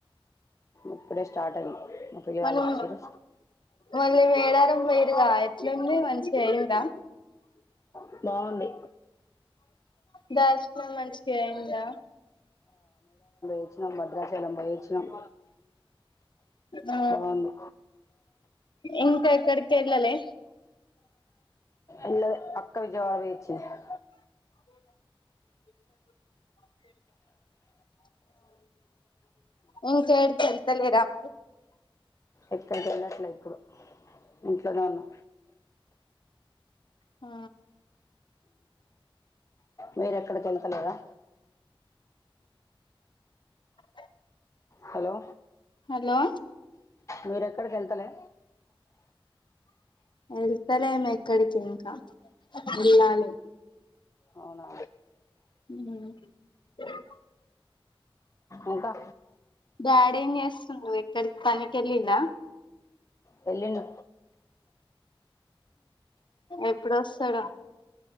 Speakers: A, on the left; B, on the left.
A: ఇప్పుడే స్టార్ట్ అయింది మా పిలగాళ్ళూ
B: మనం
A: వచ్చిర్రు.
B: మళ్ళీ మేడారం
A: మ ఎల
B: పోయిరుగా ఎట్లుంది మంచిగా అయిందా
A: <unintelligible> బాగుంది
B: డాన్స్ <unintelligible> మంచిగా అయిందా
A: వచ్చినాం భద్రాచలం పోయచ్చినామ్
B: ఆ
A: బాగుంది.
B: ఇంకా ఎక్కడికి వెళ్ళలే
A: ఎల్లాలే అక్క విజయవాడ పోయివచ్చింది. <inaudible>
B: ఇంకేటి సేత్తలేదా మీరు?
A: ఎక్కడికి వెళ్ళట్లే ఇప్పుడు ఇంట్లోనే ఉన్నా.
B: ఆ
A: మీర ఎక్కడికి వెళ్తాలేరా?
B: <inaudible>
A: హలో!
B: హలో
A: మీరు ఎక్కడికి వెళ్తలే?
B: వెళ్తలేము ఎక్కడికి ఇంకా వెళ్ళాలి.
A: అవునా
B: మ్
A: ఇంకా
B: డాడీ ఏంచేస్తూండా ఎక్కడికి పనికి వెళ్ళిండా
A: వెళ్లిండు
B: ఎప్పుడొస్తాడో?